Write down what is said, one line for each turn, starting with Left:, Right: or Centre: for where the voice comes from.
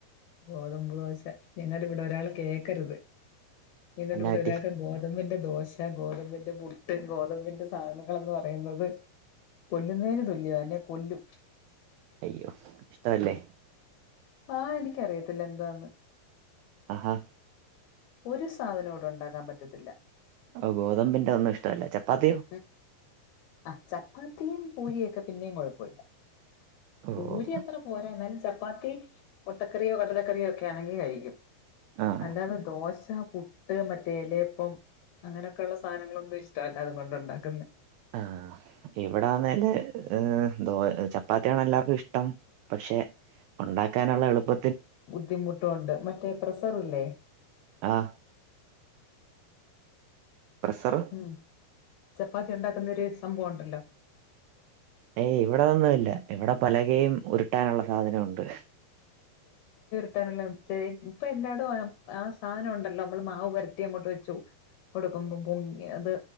Left: ഗോതമ്പ് ദോശ ഞങ്ങടെ ഇവിടെ ഒരാള് കേക്കരുത്. ഞങ്ങളുടെ
Right: എന്നാ
Left: ഇവിടെ
Right: പറ്റി
Left: ഒരാൾക്ക് ഗോതമ്പിന്. ദോശ ഗോതമ്പിന്റെ പുട്ട് ഗോതമ്പിന്റെ സാധനങ്ങളെയൊന്നു പറയുന്നത്, കൊല്ലുന്നതിന് തുല്യയാണ് എന്നെ കൊല്ലും.
Right: അയ്യോ ഇഷ്ടമല്ലേ.
Left: ആഹ് എനിക്കറിയത്തില്ല എന്താന്ന്.
Right: ആഹാ
Left: ഒരു സാധനവും ഇവിടെ ഉണ്ടാക്കാൻ പറ്റത്തില്ല.
Right: ഓ ഗോതമ്പിന്റെ ഒന്നും ഇഷ്ടല്ല ച പ്പാത്തിയോ.
Left: ഉം ആ ചപ്പാത്തിയും പൂരിയൊക്കെ പിന്നേം കുഴപ്പമില്ല
Right: ഓ
Left: പൂരി അത്ര പോരാ എന്നാലും ച ചപ്പാത്തി മുട്ടക്കറിയോ കടലക്കറിയോ ഒക്കെയാണെങ്കി കഴിക്കും
Right: ആഹ്
Left: അല്ലാതെ ദോശ പുട്ട് മറ്റേ ഇല അപ്പം അങ്ങനെയൊക്കെയുള്ള സാധനങ്ങള് ഉപേക്ഷി ഇഷ്ടമല്ല അതുകൊണ്ടുണ്ടാക്കുന്നെ
Right: അ ഇവിടാന്നേല് എ എന്തുവാ ചപ്പാത്തിയാണെല്ലാർക്കും ഇഷ്ടം പക്ഷെ ഉണ്ടാക്കാനുള്ള എളുപ്പ
Left: ബുദ്ധിമുട്ടുകൊണ്ട് മറ്റേ പ്രസ്സറില്ലേ
Right: ആഹ് പ്രസ്സറ്
Left: ഉം ചപ്പാത്തി ഉണ്ടാക്കുന്നൊരു സംഭവൊണ്ടല്ലോ
Right: ഏയ് ഇവിടതോന്നുവില്ല ഇവിടെ പലകേം ഉരുട്ടാനുള്ള സാധനൊണ്ട്
Left: ട്ടാനുള്ള ചെ ഇപ്പൊ എല്ലാടോം ആ ആ സാനം ഒണ്ടല്ലോ നമ്മള് മാവ് പരത്തി അങ്ങോട്ട് വെച്ചു കൊടുക്കുമ്പോ പൊങ്ങി അത്